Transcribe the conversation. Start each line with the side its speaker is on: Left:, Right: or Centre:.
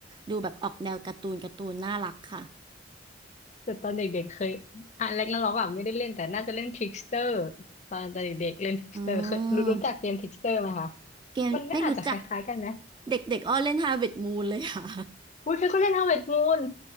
Right: ดูแบบออกแนวการ์ตูนการ์ตูนน่ารักค่ะ
Left: แต่ตอนเด็กๆเคยอ่ะแรกนาร็อกอ่ะไม่ได้เล่นแต่น่าจะเล่นทริกสเตอร์ตอนเด็กๆเล่นทริกสเตอร์เคยรู้รู้จักเกมทริกสเตอร์ไหมคะ
Right: อืมเกมไม่รู้จัก
Left: มันน่าอาจจะคล้ายๆกันนะ
Right: เด็กๆอ้อเล่น Harvest Moon เลยค่ะ
Left: อุ้ยเคยก็เล่น Harvest Moon